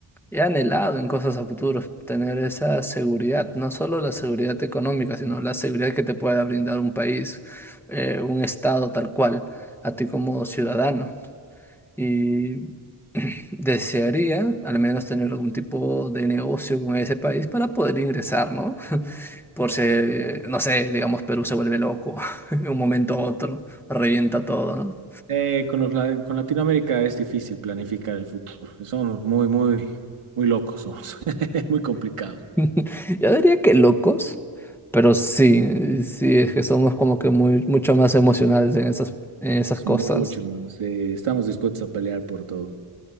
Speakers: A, in the centre; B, on the right.
A: he anhelado en cosas a futuro tener esa seguridad, no solo la seguridad económica, sino la seguridad que te pueda brindar un país, eh, un estado tal cual, a ti como ciudadano. Y <clears throat> desearía al menos tener algún tipo de negocio con ese país para poder ingresar, ¿no? <laughs> Por si, eh, no sé, digamos, Perú se vuelve loco <laughs> en un momento u otro, revienta todo, ¿no?
B: Eh, con los, la- con Latinoamérica es difícil planificar el futuro. Somos muy, muy, muy locos, somos <laughs> muy complicados.
A: <laughs> Yo diría que locos, pero sí, sí, es que somos como que muy, mucho más emocionales en esas, en esas
B: Es
A: cosas.
B: mucho, hermanos. Eh, estamos dispuestos a pelear por todo.